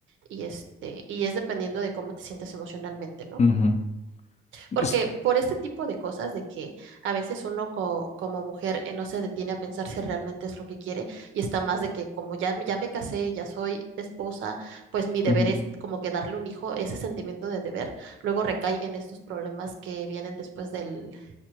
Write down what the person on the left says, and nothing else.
ujú,
es-
ujú,